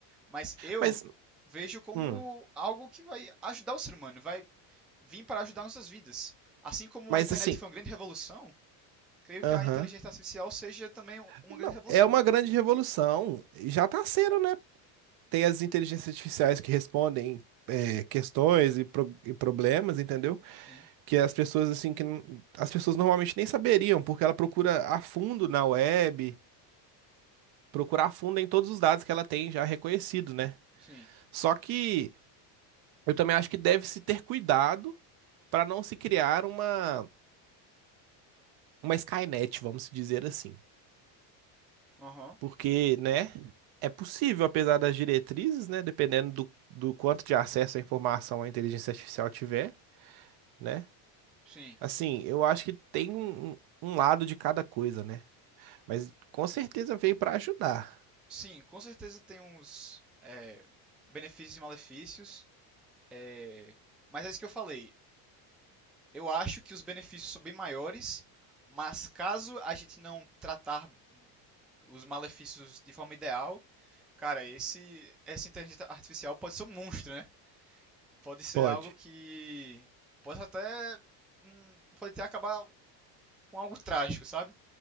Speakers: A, in the centre; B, on the right.
A: Mas eu
B: Mas,
A: vejo como
B: hum,
A: algo que vai ajudar o ser humano, vai vir para ajudar nossas vidas. Assim como
B: mas
A: a internet
B: assim,
A: foi uma grande revolução, creio
B: aham.
A: que a inteligência artificial seja também uma
B: Não,
A: grande revolução.
B: é uma grande revolução. E Já está sendo, né? Tem as inteligências artificiais que respondem é, questões e, pro- e problemas, entendeu?
A: Sim,
B: Que as pessoas assim que n- as pessoas normalmente nem saberiam, porque ela procura a fundo na web, procura a fundo em todos os dados que ela tem já reconhecido, né?
A: sim,
B: Só que eu também acho que deve se ter cuidado para não se criar uma uma Skynet, vamos dizer assim.
A: Aham.
B: Porque, né, é possível, apesar das diretrizes, né, dependendo do, do quanto de acesso à informação a inteligência artificial tiver, né?
A: sim.
B: Assim, eu acho que tem um, um um lado de cada coisa, né? Mas com certeza veio para ajudar.
A: Sim, com certeza tem uns é, benefícios e malefícios. é, mas é isso que eu falei. Eu acho que os benefícios são bem maiores, mas caso a gente não tratar os malefícios de forma ideal, cara, esse essa inteligência artificial pode ser um monstro, né? Pode ser
B: Pode.
A: algo que pode até hum, pode até acabar com algo trágico, sabe?